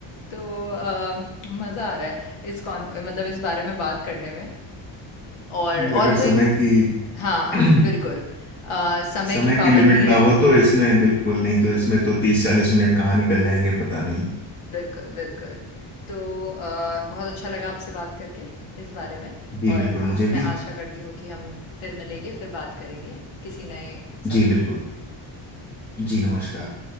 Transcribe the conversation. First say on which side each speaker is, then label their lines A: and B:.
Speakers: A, on the left; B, on the left.
A: तो मज़ा आ रहा है इस कॉन मतलब इस बारे में बात करने में और
B: अगर
A: और
B: समय
A: कोई
B: की
A: हाँ
B: <clears throat>
A: बिल्कुल अ, समय
B: समय
A: की पाबंदी
B: की लिमिट
A: है
B: ना हो तो इसमें बिल्कुल नहीं तो इसमें तो तीस चालीस मिनट कहाँ निकल जाएंगे पता नहीं
A: बिल्कुल बिल्कुल तो अ, बहुत अच्छा लगा आपसे बात करके इस बारे में
B: जी
A: और
B: बिल्कुल
A: अ,
B: मुझे
A: मैं
B: भी
A: आशा करती हूँ कि हम फिर मिलेंगे फिर बात करेंगे किसी नए सब्जेक्ट
B: जी बिल्कुल
A: पे
B: जी नमस्कार